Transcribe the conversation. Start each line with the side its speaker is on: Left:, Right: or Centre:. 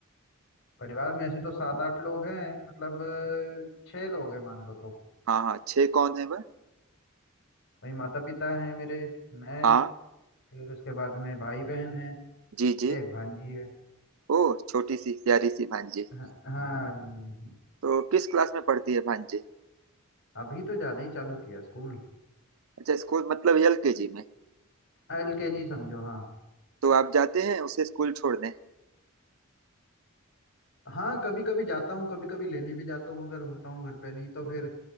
Left: परिवार में ऐसे तो सात आठ लोग हैं मतलब अ, छह लोग हैं मान लो तो
Right: हाँ हाँ छह कौन है वह
Left: वही माता पिता हैं मेरे मैं
Right: हाँ
Left: फिर उसके बाद में भाई बहन है
Right: जी जी
Left: एक भांजी है
Right: ओह छोटी सी प्यारी सी भांजी
Left: हाँ हाँ,
Right: तो किस क्लास में पढ़ती है भांजी
Left: अभी तो जाना ही चालू किया स्कूल
Right: अच्छा स्कूल मतलब एलकेजी में
Left: एलकेजी समझो हाँ
Right: तो आप जाते हैं उसे स्कूल छोड़ने
Left: हाँ कभी कभी जाता हूँ कभी कभी लेने भी जाता हूँ अगर होता हूँ घर पे नहीं तो फिर